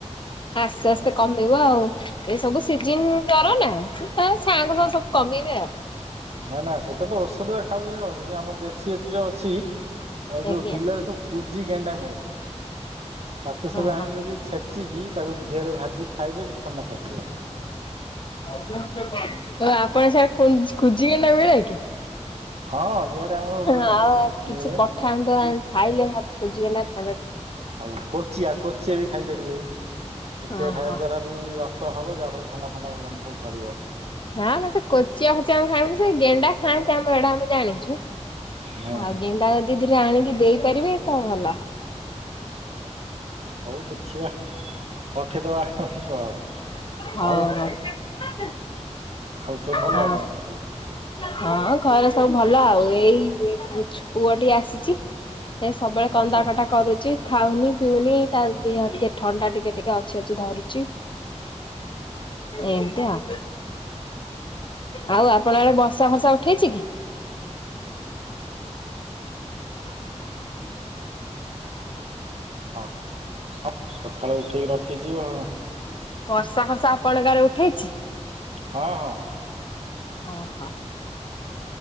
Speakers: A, on the left; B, on the right.
A: ଆସ୍ତେ ଆସ୍ତେ
B: ଆଚ୍ଛା।
A: କମିବ ଆଉ। ଏ ସବୁ ସିଜିନି ଜର ନା ସେ ତା ଗାଆଁକୁ ସବୁ କମିବେ ଆଉ।
B: ନା ନା ସେଇଟା ତ ଔଷଧ ଖାଉଛନ୍ତି ଖାଉଛନ୍ତି ଆମର ଦେଶୀ ଏଥିରେ ଅଛି। ଯୋଉ
A: ଆଜ୍ଞା।
B: ବିଲରେ ସବୁ କୁଜି ଗେଣ୍ଡା ମିଳେ ତାକୁ
A: ଓ
B: ସବୁ ଆଣିକି ଯଦି ଛେ ଛେଚିକି ତାକୁ ଘିଅରେ ଭାଜିକି ଖାଇବେ ତ ଥଣ୍ଡା ଛାଡ଼ିଯିବ।
A: ତ ଆପଣଙ୍କ ସେଆଡ଼େ ଙ୍କୁ କୁଜିଗେଣ୍ଡି ମିଳେ କି?
B: ହଁ ଇଆଡ଼େ ଆମର ପୁରା
A: ଆଉ କିଛି
B: ମିଳେ
A: ପଠାନ୍ତୁ ଖାଇଲେ ମତେ <unintelligible>
B: ଆଉ କୋଚିଆ କୋଚିଆ ବି ଖାଇପାରିବେ କୋଚିଆ
A: ଓହୋ
B: ଖାଇବା ଦ୍ଵାରା ବି ରକ୍ତ ହବ ଯାହାଫଳରେ ଥଣ୍ଡା ଫଣ୍ଡା ଭଲମନ୍ଦ ସବୁ ଛାଡ଼ିବ।
A: ହଁ ନା ସେ କୋଚିଆ ଖୋଚିଆ ଆମ ଖାଇବନି ସେ ଗେଣ୍ଡା ଖାଆନ୍ତି ଆମ ଆଡେ ଆମେ ଜାଣିଛୁ।
B: ହଁ
A: ଆଉ ଗେଣ୍ଡା ଜଦି ଦିଟା ଆଣିକି ଦେଇପାରିବେ ତ ଭଲ ହବ।
B: ହଉ ଦେଖିବା ପଠେଇଦବା
A: ହଉ
B: ଆଉ
A: <inaudible>
B: ଆଉ ସବୁ ଭଲ
A: ହଁ
B: ଆପଣଙ୍କର ସବୁ?
A: ହଁ ଘରେ ସବୁ ଭଲ ଆଉ ଏଇ ପୁଅ ଟି ଆସିଛି। ଏ ସବୁବେଳେ କନ୍ଦା
B: ଆଚ୍ଛା
A: କଟା କରୁଛି ଖାଉନି ପିଉନି ତା ଦେହ ଟିକେ ଥଣ୍ଡା ଟିକେ ଟିକେ ଅଛି ଅଛି ଧରୁଛି ଏମତି ଆଉ। ଆଉ ଆପଣ ଆଡେ ବସା ଫସା ଉଠେଇଛି କି?
B: ହଁ ସକାଳକୁ ଉଠିକି ରଖିଛି ଆଉ।
A: ବର୍ଷା ଫର୍ଷା ଆପଣଙ୍କ ଗାଁରେ ଉଠେଇଛି?
B: ହଁ ହଁ।
A: ଓ ହୋ।